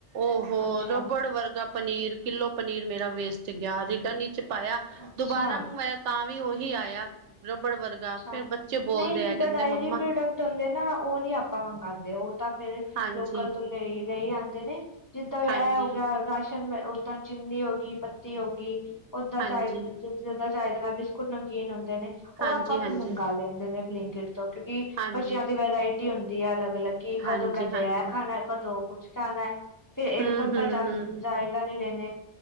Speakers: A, on the right (about 85°); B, on the left (about 20°).
A: ਔਹੋ
B: ਅੱਛਾ
A: ਰਬੜ ਵਰਗਾ ਪਨੀਰ ਕਿੱਲੋ ਪਨੀਰ ਮੇਰਾ ਵੇਸਟ ਗਿਆ। ਰਿਟਰਨ ਇਚ ਪਾਇਆ।
B: ਅੱਛਾ
A: ਦੁਬਾਰਾ ਮੰਗਵਾਇਆ ਤਾਂ ਵੀ ਔਹੀ ਆਯਾ ਰੱਬੜ ਵਰਗਾ
B: ਅੱਛਾ
A: ਫੇਰ ਬੱਚੇ ਬੋਲਦੇ
B: ਨਹੀਂ ਜਿੱਦਾਂ
A: ਆ ਕਹਿੰਦੇ
B: ਡਾਇਰੀ
A: ਮੰਮਾ
B: ਪ੍ਰੋਡਕਟ ਹੁੰਦੇ ਨਾ ਓਹ ਨੀ ਆਪਾਂ ਮੰਗਾਦੇ। ਓਹ ਤਾਂ ਫੇਰ
A: ਹਾਂਜੀ
B: ਲੋਕਲ ਤੋਂ ਲਈ ਲਈ ਆੰਦੇ ਨੇ। ਜਿੱਦਾਂ
A: ਹਾਂਜੀ
B: ਐ ਹੋ ਗਿਆ ਰਾਸ਼ਨ, ਓਦਾਂ ਚੀਨੀ ਹੋ ਗੀ ਪੱਤੀ ਹੋ ਗੀ। ਓਦਾਂ
A: ਹਾਂਜੀ,
B: ਚਾਏ ਜੋੱਦਾਂ ਚਾਏ ਦੇ ਨਾਲ ਬਿਸਕੁਟ, ਨਮਕੀਨ ਹੁੰਦੇ ਨੇ ਓਹ
A: ਹਾਂਜੀ,
B: ਆਪਾਂ
A: ਹਾਂਜੀ,
B: ਲੈ ਲੈਂਦੇ ਨੇ ਬਲਿੰਕਿਟ ਤੋਂ ਕਿਉਂਕਿ
A: ਹਾਂਜੀ,
B: ਬੱਚਿਆਂ ਦੀ ਵਰਾਇਟੀ ਹੁੰਦੀ ਏ ਅਲੱਗ, ਅਲੱਗ। ਕਿ ਕਦੋਂ
A: ਹਾਂਜੀ,
B: ਕੈਦੇ
A: ਹਾਂਜੀ।
B: ਐਹ ਖਾਨੈ, ਕਦੋਂ ਕੁਛ ਖਾਨੈ ਫੇਰ ਇੱਕ
A: ਹੂੰ,
B: ਦਮ
A: ਹੂੰ,
B: ਤਾਂ ਜਾਨ
A: ਹੂੰ,
B: ਜਾਇਡਾ ਨੀ ਲੈਨੇ।